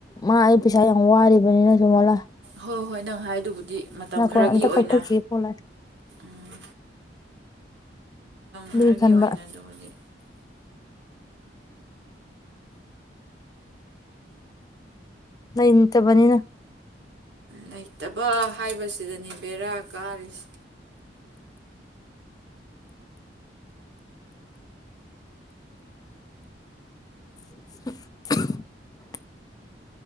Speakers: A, on the left; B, on the right.
A: ꯃꯥ ꯑꯩ ꯄꯩꯁꯥ ꯌꯥꯝ ꯋꯥꯔꯤꯕꯅꯤꯅ ꯁꯨꯃꯣꯂꯥ
B: ꯍꯣꯏ ꯍꯣꯏ ꯅꯪ ꯍꯥꯏꯗꯨꯕꯨꯗꯤ ꯃꯇꯝ
A: ꯅꯥꯀꯣꯟ
B: ꯈꯔꯒꯤ
A: ꯑꯝꯇ
B: ꯑꯣꯏꯅ
A: ꯀꯛꯊꯠꯈꯤꯒꯦ ꯄꯣꯂꯥ
B: ꯎꯝ
A: ꯑꯗꯨꯏ
B: ꯈꯔꯒꯤ
A: ꯈꯟꯕ
B: ꯑꯣꯏꯅ ꯑꯗꯨꯕꯨꯗꯤ
A: ꯂꯩꯇꯕꯅꯤꯅ
B: ꯂꯩꯇꯕ ꯍꯥꯏꯕꯁꯤ ꯁꯤꯗꯅꯦ ꯕꯦꯔꯥ ꯀꯥꯔꯤꯁꯦ
A: <inaudible>